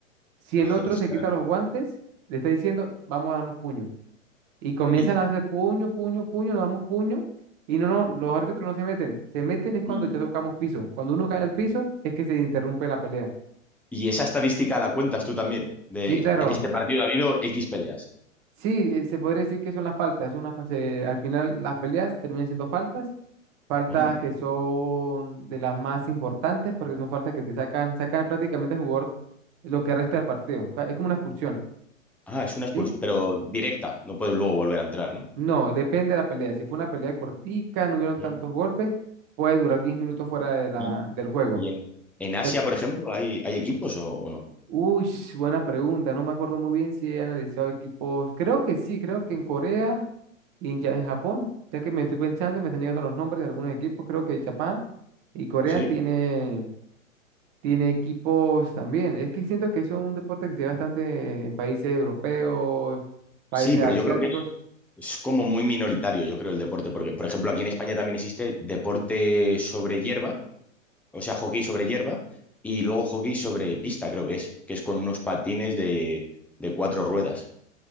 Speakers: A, on the right; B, in the centre.
A: Si el
B: <laughs>
A: otro
B: ostras,
A: se quita los guantes, le está diciendo, vamos a darnos puño y comienzan
B: Y,
A: a hacer puño, puño, puño, nos damos puño y no, no, los árbitros no se meten. Se meten es cuando
B: sí,
A: ya tocamos piso. Cuando uno cae al piso es que se interrumpe la pelea.
B: Y esa estadística la cuentas tú también, de
A: Sí, claro.
B: en este partido ha habido X peleas.
A: Sí, eh, se podría decir que son las faltas. Es una fase, al final las peleas terminan siendo faltas, faltas
B: Onda.
A: que son de las más importantes porque son faltas que te sacan, sacan prácticamente al jugador lo que resta del partido. ca- Es como una expulsión,
B: Ah, es una expulsión,
A: ¿sí?
B: pero directa, no puede luego volver a entrar, ¿no?
A: No, depende de la pelea. Si fue una pelea cortica, no hubieron
B: Mm.
A: tantos golpes, puede durar 10 minutos fuera de la,
B: Y,
A: del juego.
B: y en, en Asia,
A: Pero-
B: por ejemplo, ¿hay, hay equipos o, o no?
A: Uy, buena pregunta. No me acuerdo muy bien si he analizado equipos. Creo que sí, creo que en Corea y en, Ya- en Japón, ya que me estoy pensando, me están llegando los nombres de algunos equipos. Creo que Japón y Corea
B: Sí,
A: tiene, tiene equipos también. Es que siento que eso es un deporte que se ve bastante en países europeos, países
B: sí, pero
A: asiáticos.
B: yo creo que es, es como muy minoritario, yo creo, el deporte, porque, por ejemplo, aquí en España también existe deporte sobre hierba, o sea, hockey sobre hierba, y luego hockey sobre pista, creo que es, que es con unos patines de, de cuatro ruedas.